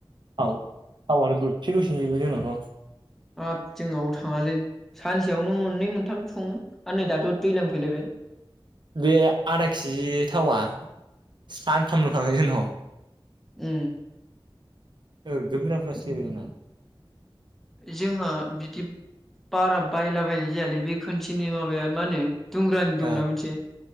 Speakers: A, on the right (about 55°); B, in the centre.
A: औ औ दसे' द'सेनो जोबो जोंनाथ'
B: हाब जोंनाव थाङालै सानसेयावनो मोननै मोनथाम सङो आरो नै दाथ' दैज्लां फैलायबाय
A: बे आदा केजि थावा सान थामल' थांङो जोंनाव। <inaudible>
B: उ।
A: नोगोद ब्रुजा ब्रुजा सेरो जोंना
B: जोंहा बिदि बारा बायलाबायनाय जायालै बे खोनसेनि माबाया मा होनो दुंग्रानि दंना
A: ओ
B: मोनसे